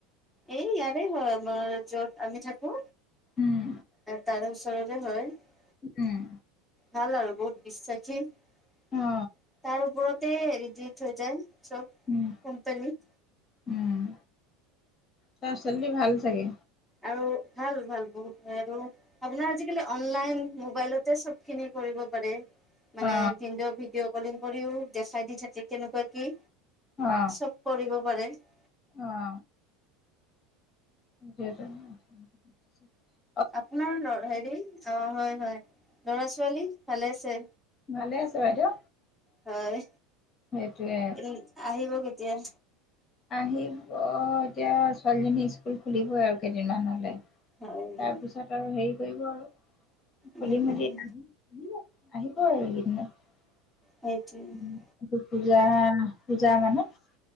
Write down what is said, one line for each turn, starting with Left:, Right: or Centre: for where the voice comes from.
Centre: এই ইয়াৰে হয়, আমাৰ- য'ত আমি থাকো
Left: উম
Centre: তাৰ ওচৰৰে হয়। <unintelligible>
Left: উম
Centre: ভাল আৰু বহুত বিশ্বাসী। <unintelligible>
Left: অ
Centre: তাৰ ওপৰত তেই আৰথিছ হৈ যায়। <unintelligible> চব
Left: উম
Centre: কোম্পানী--।
Left: উম অহ ছোৱালী জনি ভাল চাগে।
Centre: আৰু ভাল ভাল বহুত আৰু আপোনাৰ আজিকালি অনলাইন মোবাইলতে চব খিনি কৰিব পাৰে। <unintelligible> মানে
Left: অ
Centre: ভিনদেউ ভিনডেঅ কলিং কৰিও দেখাই দি থাকে কেনেকুৱা কি
Left: অ
Centre: চব কৰিব পৰে। <unintelligible>
Left: অ খেইজন। <unintelligible>
Centre: আপোনাৰ লৰা হেৰি অ হয়। হয়। ল'ৰা ছোৱালী ভালে আছে।
Left: ভালে আছে বাইদেউ।
Centre: হয়।
Left: সেইটোৱে
Centre: এদিন আহিব কিন্তু। তেতিয়ান।
Left: আহিব এতিয়া, ছোৱালীজনীৰ স্কুল খুলিবই আৰু কেইদিনমান হলে। <unintelligible>
Centre: হয়
Left: তাৰ
Centre: হয়
Left: পিছত আৰু হেৰি কৰিব আৰু <inaudible> খুলি
Centre: উম
Left: মেলি
Centre: উম
Left: থম। আহিব আৰু এইকেইদিনত।
Centre: সেইটোৱে
Left: পূজা ন। পূজাৰ মানুহ